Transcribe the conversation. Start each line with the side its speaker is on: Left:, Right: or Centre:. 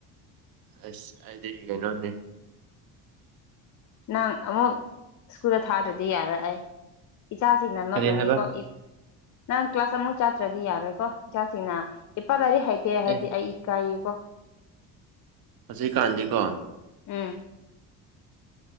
Right: ꯑꯁ ꯑꯩꯗꯤ ꯀꯩꯅꯣꯅꯦ
Left: ꯅꯪ ꯑꯃꯨꯛ ꯁ꯭ꯀꯨꯜꯗ ꯊꯥꯗ꯭ꯔꯗꯤ ꯌꯥꯔꯣꯢ ꯑꯩ ꯏꯆꯥꯁꯤꯡꯅ ꯅꯣꯛꯔꯅꯤꯀꯣ
Right: ꯀꯔꯤ ꯍꯥꯏꯕ
Left: ꯏ ꯅꯪ ꯀ꯭ꯂꯥꯁ ꯑꯃꯨꯛ ꯆꯥꯠꯇ꯭ꯔꯗꯤ ꯌꯥꯔꯣꯏꯀꯣ ꯏꯆꯥꯁꯤꯡꯅ ꯏꯄꯥ ꯂꯩꯔꯤꯛ ꯍꯩꯇꯦ ꯍꯥꯏꯔꯗꯤ
Right: ꯑꯦ
Left: ꯑꯩ ꯏꯀꯥꯏꯌꯦꯀꯣ
Right: ꯍꯧꯖꯤꯛ ꯀꯥꯟꯗꯤꯀꯣ
Left: ꯎꯝ